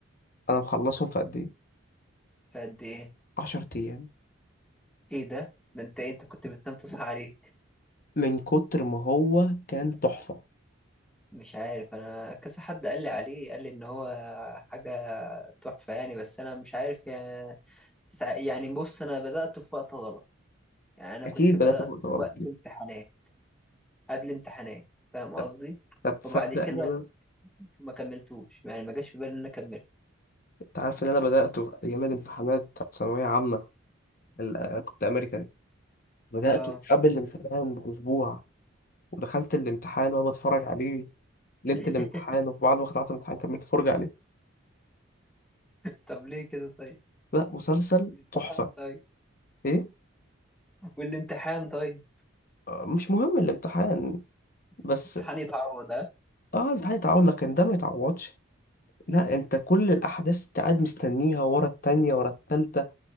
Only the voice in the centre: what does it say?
فقد ايه
ايه ده ده انت إيه؟ انت كنت بتنام تصحى عليه
مش عارف انا كذا حد قال لي عليه قال لي ان هو حاجه تحفه يعني بس انا مش عارف يعني سع- يعني بص انا بدات في وقت غلط يعني انا
كنت بدات
في
وقت امتحانات قبل امتحانات فاهم
قصدي
وبعد كده
ما كملتوش يعني ما جاش في بالي ان انا اكمل
اه
<laughs>
طب ليه كده طيب
الامتحان
طيب
والامتحان طيب
الامتحان يتعوض ها